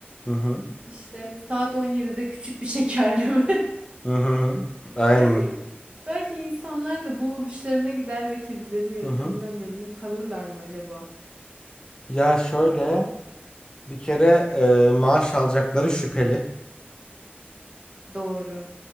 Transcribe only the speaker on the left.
Hı hı. Hı hı.
Hı hı. Aynen.
Hı hı.
Ya şöyle bir kere e, maaş alacakları şüpheli.